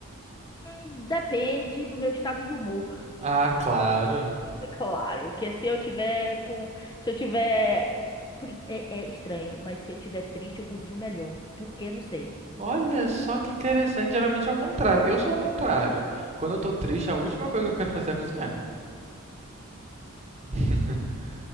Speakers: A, on the left (about 20°); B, on the right (about 30°).
A: hum, depende do meu estado de humor.
B: Ah, claro.
A: É Claro, porque se eu tiver com, se eu tiver, por in- é, é estranho, mas se eu tiver triste, eu cozinho melhor, porque não sei.
B: Olha só que interessante. Geralmente é o contrário. Eu sou o contrário. Quando eu tô triste, a última coisa que eu quero fazer é cozinhar. <laughs>